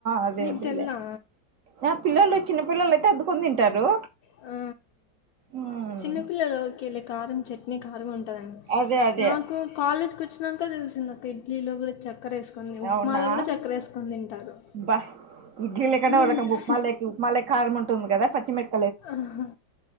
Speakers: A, on the right (about 65°); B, on the left (about 70°).
A: అదే
B: మీకు
A: అదేలే
B: తెల్దా?
A: ఆ పిల్లలు చిన్న పిల్లలు అయితే అద్కొని తింటారు
B: ఆ
A: ఉమ్
B: చిన్నపిల్లలుకి వెళ్ళి కారం చట్నీ కారం ఉంటుందిండి
A: అదే అదే
B: నాకు కాలేజ్ కి వచ్చినంక తెలిసింది నాకు ఇడ్లీలో కూడా చక్కర వేసుకొని ఉప్మాలో
A: అవునా
B: కూడా చక్కర వేసుకని తింటారు
A: బా ఇడ్లీ లేకుండా
B: ఆ!
A: ఒక రకం ఉప్మా లే ఉప్మాల కారం ఉంటుంది కదా పచ్చిమిట్
B: ఆహా